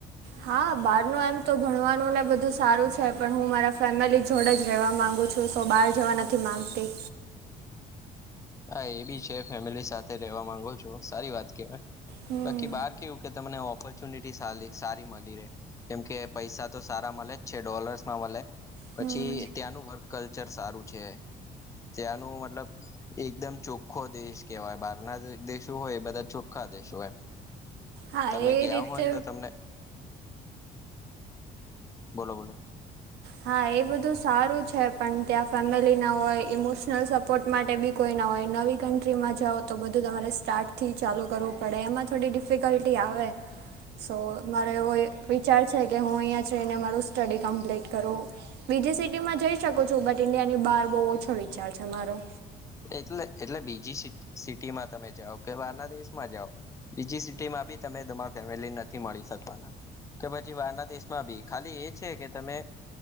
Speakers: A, on the right; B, on the left.
A: હા બહાર ન એમ તો ભણવાનું ને બધું સારું છે પણ હું મારા ફેમિલી જોડે જ રહેવા માંગુ છું. છું સો બહાર જવા નથી માગતી.
B: હા એ બી છે ફેમિલી સાથે રેવા માંગો છો સારી વાત કેવાય.
A: હમ
B: બાકી બહાર કેવું કે તમને ઓપોર્ચ્યુનિટી સારી મળી રહે. કેમ કે પૈસા તો સારા મળે જ છે ડોલર્સમાં મળે. પછી
A: હમ
B: ત્યાંનું વર્ક કલ્ચર સારું છે ત્યાંનું મતલબ એકદમ ચોખ્ખો દેશ કેવાય બહાર ના દેશો હોય બધા ચોખ્ખા દેશો હોય.
A: હા
B: તમે
A: એ
B: ગયા
A: રીતે
B: હોય ને તો તમને બોલો બોલો.
A: હા એ બધું સારું છે પણ ત્યાં ફેમિલી ના હોય ઇમોશનલ સપોર્ટ માટે બી કોઈ ના હોય નવી કન્ટ્રીમાં જાઓ તો બધું તમારે સ્ટાર્ટથી ચાલુ કરવું પડે એમાં થોડી ડિફ ડિફિકલ્ટી આવે. સો મારો એવો વિચાર છે કે હું અહીંયા જઈને મારું સ્ટડી કમ્પ્લીટ તો બીજી સિટીમાં જઈ શકું છું બટ ઇન્ડિયાની બહાર બહુ ઓછો વિચાર છે મારો.
B: એટલે એટલે બીજી સિટી માં તમે જાઓ કે બહારના દેશમાં જાઓ. બીજી સિટી માં બી તમે તમારી ફેમલી ને મળી શકો કે પછી બહારના દેશમાં ભી ખાલી એ છે કે તમે